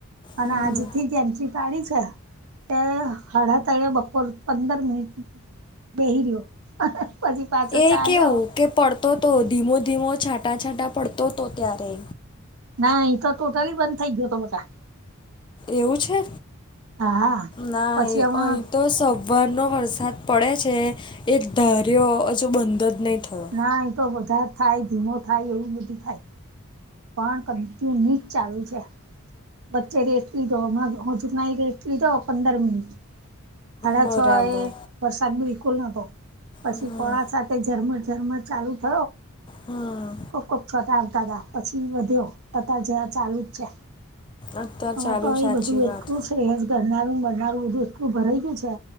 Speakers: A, on the right; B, on the left.
A: અને
B: હમ.
A: આજ થી જ એન્ટ્રી તારીખ તે હળ ત બપોર પંદર મિનટ વહી રહ્યો પછી પાછો
B: એ
A: ચાલ્યો
B: કેવું કે પડતો હતો ધીમો ધીમો છાંટાં છાંટાં પડતો હતો ત્યારે
A: ના એ તો ટોટલી બંધ થઇ ગયો હતો બધા
B: એવું છે
A: હા
B: ના
A: પછી હમણાં
B: અહી તો સ વરનો વરસાદ પડે છે એક ધાર્યો હજુ બંધ જ નહીં થયો.
A: નાા એ તો વધારે થાય ધીમો થાય એવું બધું થાય પણ કર તું નીચ ચાલુ છે. વચ્ચે રે એકવી દોજુનાઈ રેટવી દો પંદર મિનિટ હ
B: બરાબર
A: છો એ વરસાદ બિલકુલ નતો પછી
B: હમ
A: પોળા સાથે ઝરમર ઝરમર ચાલુ હ
B: હમ
A: ખૂબ ખૂબ છોટા દાદા વધ્યો તતા જ ચાલુ જ છે
B: અત્યાર
A: આમાં
B: ચાલુ
A: તો
B: સાચી
A: એ બધું એટલું
B: વાત
A: સેસ કરનારું મળરનારું બધું એટલું ભરા ગયું છે